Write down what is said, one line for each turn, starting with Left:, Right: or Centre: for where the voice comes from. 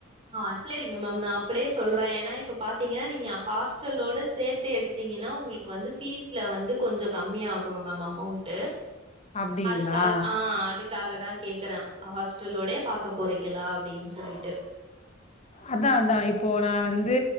Right: ஆ சரிங்க மேம் நா அப்டியே சொல்ற ஏனா இப்ப பாத்தீங்கனா நீங்க ஹாஸ்டலோட சேத்து எடுத் த்தீங்கனா உங்ளுக்கு வந்து ஃபீஸ்ல வந்து கொஞ்சோ கம்மியா ஆகுங்க மேம் அமௌண்ட்டு
Left: அப்டிங்களா
Right: அதுக்கா ஆ அது க்காக தா கேக்குற ஹாஸ்டலோடே பாக்க போறீங்களா அப்டின்னு சொல்லிட்டு
Left: அதா அதா இப்போ நா வந்து